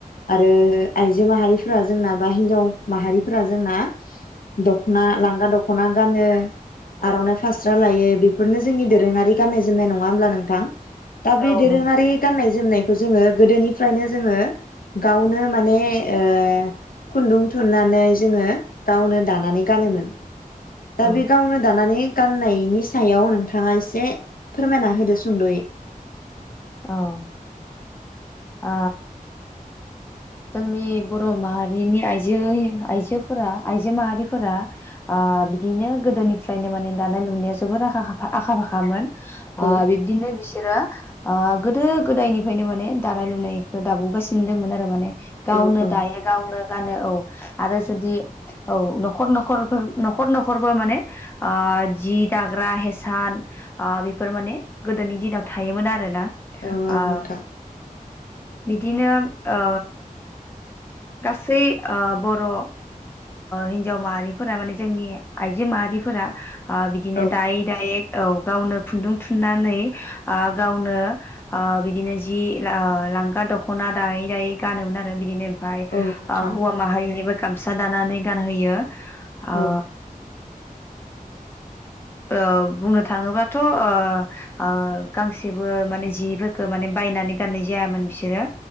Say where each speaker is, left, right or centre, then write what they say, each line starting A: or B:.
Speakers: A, on the left (about 75°); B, on the left (about 15°).
A: आरो
B: औ
A: आइजो माहारि फो फोरा जोंनाबा हिनजाव माहारि फोरा जोंना दखना लांगा दखना गानो
B: औ
A: आर'ननाय फास्रा लायो बेफ बेफोनो जोंनि दोरोङारि
B: औ
A: गाननाय जो जोमनाय नङा होमब्ला नोंथां दा बे
B: औ
A: दोरोङारि
B: नंगौ
A: गाननाय जोमनाय जोङो गोदोनि फ्रायनो जोङो गावनो माने ओ खुन्दुं थुननानै जोङो गावनो दानानै गानोमोन दा
B: औ
A: बे गावनो दानानै गाननायनि सायाव नोंथाङा एसे फोरमायना होदो सुंद'यै
B: औ ओ जोंनि बर माहारिनि आइजो आइजोफोरा आइजो माहारिफोरा ओ बिदिनो गोदोनिफ्रायनो माने दानाय लुनाया जोबोर आखा खाफा आखा फाखामोन ओ
A: औ
B: बिब्दिनो बिसोरो ओ गोदो गोदायनिफ्रायनो माने दानाय लुनायखौ दाबोगासिनो दंमोन आरो माने गावनो
A: औ औ
B: दायो गावनो जानो औ आरो जुदि औ नखर नखरफोर नखर नखरबो माने ओ जि दाग्रा हेसान बेफोर ओ माने गोदोनि दिनाव थायोमोन आरोना
A: औ
B: ओ
A: नोंथां
B: बिदिनो ओ गासै ओ बर' ओ हिनजाव माहारिफोरा माने जोंनि आइजो माहारिफोरा ओ बिदिनो
A: औ
B: दायै दायै औ गावनो खुन्दुं थुननानै ओ गावनो ओ बिदिनो ज जि ओ लांगा दखना दायै दायै गानोमोन आरो बिदिनो ओमफाय
A: औ नोंथां
B: ओ हौवा माहारिनिबो गामसा दानानै गानहोयो ओ
A: औ
B: ओ बुंनो थाङोबाथ' ओ- ओ गांसेबो माने जिफोरखो माने बायनानै गाननाय जायामोन बिसोरो